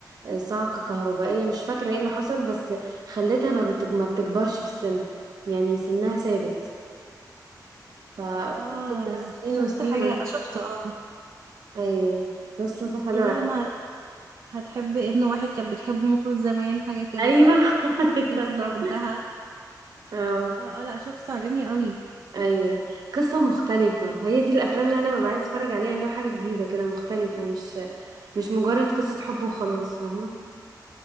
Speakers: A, on the right; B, on the right.
A: آه صعقه كهربائيه مش فاكره ايه اللي حصل بس خلتها ما, بت... ما بتكبرش في السن يعني سنها ثابت ف
B: اه
A: بتفضل سنين
B: شفت
A: وسنين
B: حاجة شفت اه
A: ايوه قصة حلوة
B: هي دي لما هتحب ابن واحد كانت بتحبه المفروض زمان حاجة كده
A: ايوه
B: صح؟ وهتقول
A: <laughs> ايوه
B: ان
A: صح
B: هي بنتها
A: اه
B: اه اه لا شوف عجبني قوي
A: ايوه قصة مختلفة هي دي الافلام اللي انا ببقى عايز اتفرج عليها اللي هو حاجة جديدة كده مختلفة مش مش مجرد قصة حب وخلاص فاهمة